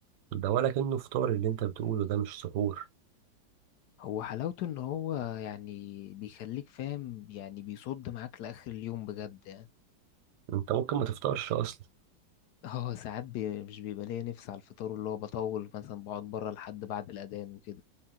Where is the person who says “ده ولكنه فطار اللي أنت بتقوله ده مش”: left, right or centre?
Right